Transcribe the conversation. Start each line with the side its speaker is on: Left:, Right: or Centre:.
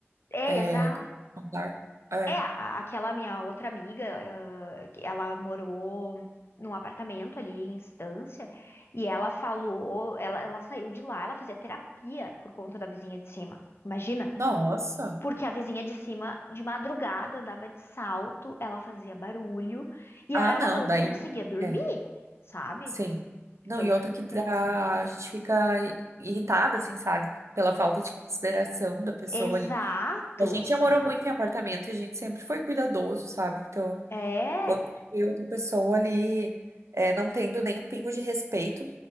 Left: é
Right: é,
Left: exato.
Right: como é o andar. É.
Left: É, a- a- aquela minha outra amiga, ah, que ela morou num apartamento ali em Estância, e ela falou, ela, ela saiu de lá, ela fazia terapia por conta da vizinha de cima. Imagina.
Right: Nossa!
Left: Porque a vizinha de cima, de madrugada, andava de salto, ela fazia barulho e
Right: Ah,
Left: aí ela
Right: não,
Left: não
Right: daí.
Left: conseguia dormir,
Right: é.
Left: sabe?
Right: Sim. Não,
Left: Então
Right: e outra
Left: tu
Right: que dá,
Left: pensa, né?
Right: a gente fica irritada, assim, sabe? Pela falta de consideração da pessoa
Left: Exato,
Right: ali. E a gente
Left: sabe?
Right: já morou muito em apartamento e a gente sempre foi cuidadoso, sabe? Então,
Left: É.
Right: quando tu vê outra pessoa ali é, não tendo nenhum pingo de respeito,